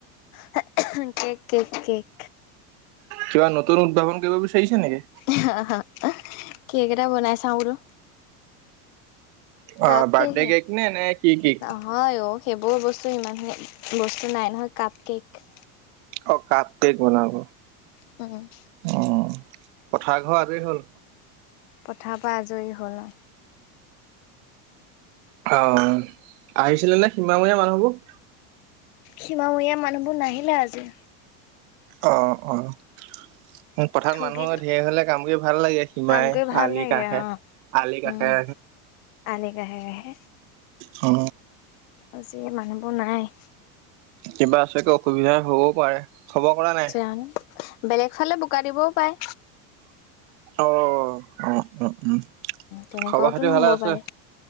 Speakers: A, on the left; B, on the right.
A: হে এ হু কেক কেক কেক।
B: কিবা নতুন উদ্ভাৱন কৰিব বিচাৰিছা নেকি?
A: অহহ কেক এটা বনাই ছাও বোলো।
B: অ
A: কাপ
B: বাৰ্থডে
A: হে
B: কেক নে এনে কি কেক।
A: নহয় অ সেইবোৰ বস্তু ইমানে বস্তু নাই নহয় কাপ কেক।
B: অ কাপ কেক বনাব।
A: উম।
B: অ পথাৰ ঘৰ আজিৰ হ'ল।
A: পথা পা আজৰি হ'ল অ।
B: অ আহিছিলে নে সীমামূৰীয়া মানুহবোৰ।
A: সীমামূৰীয়া মানুহবোৰ নাহিলে আজি।
B: অ অ। উম পথাৰত
A: ঠগিলে
B: মানুহ ধেই হ'লে কাম কৰি ভাল লাগে সিমাই
A: কাম কৰি ভাল
B: আলি
A: লাগে
B: কাষে
A: অ'
B: আলি কাষে।
A: উম, আলি কাষে কাষে।
B: অ।
A: আজি মানুহবোৰ নাই।
B: কিবা আছেক অসুবিধা হ'বও পাৰে। খবৰ কৰা নাই?
A: জানো বেলেগ ফালে বোকা দিবও পায়।
B: অ অ অ উম।
A: তেনেকুৱাওতো
B: খবৰ খাতি
A: নহব
B: ভালে আছে?
A: পাৰে